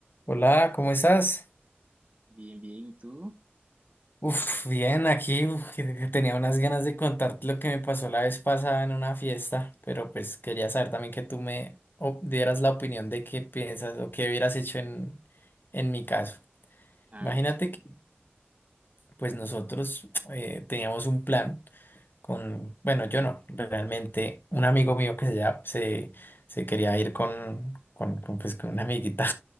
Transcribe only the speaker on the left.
Hola, ¿cómo estás?
Uf, bien, aquí uf, que- que tenía unas ganas de contarte lo que me pasó la vez pasada en una fiesta, pero pues quería saber también que tú me o- dieras la opinión de qué piensas o qué hubieras hecho en, en mi caso.
Imagínate
que pues nosotros eh, teníamos un plan con, bueno, yo no, realmente un amigo mío que se, llama- se, se quería ir con, con, con, pues, con una amiguita